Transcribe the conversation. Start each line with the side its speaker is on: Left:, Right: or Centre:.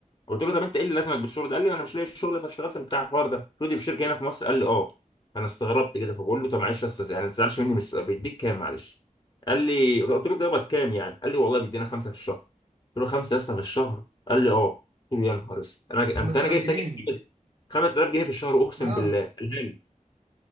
Left: قلت له طب انت ايه اللي لازمك بالشغل ده قال لي ما انا مش لاقي الشغل فاشتغلت بتاع الحوار ده قلت له دي في شركه هنا في مصر قال لي اه فانا استغربت كده فبقول له طب معلش يا استاذ يعني ما تزعلش مني من السؤال بيديك كام معلش قال لي قلت له بتقبض كام يعني قال لي والله بيدينا خمسه في الشهر قلت له خمسه يا اسطى في الشهر قال لي اه قلت له يا نهار اسود انا
Right: 5000
Left: انت انا جاي ساكن
Right: جنيه
Left: 5000 جنيه في الشهر اقسم
Right: أه
Left: بالله قال لي